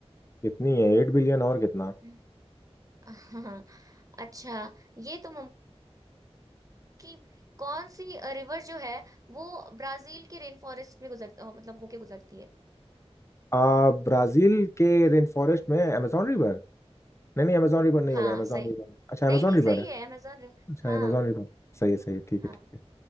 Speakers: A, on the left (about 25°); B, on the right (about 30°).
A: कितनी है एट बिलियन और कितना
B: हम्म, <laughs> हाँ अच्छा ये तुम हमको कि कौन सी रिवर जो है वो ब्राजील के रेन फॉरेस्ट में गुजरता हो- मतलब होके गुजरती है
A: आ, ब्राजील के रेन फॉरेस्ट में amazon रिवर नहीं नहीं amazon रिवर नहीं
B: हाँ
A: होगा amazon
B: सही
A: रिवर नहीं। अच्छा
B: नहीं
A: amazon
B: नहीं
A: रिवर
B: सही
A: है
B: है अमेजोन रिवर।
A: अच्छा
B: हाँ
A: amazon रिवर सही है सही है ठीक
B: हाँ
A: है ठीक है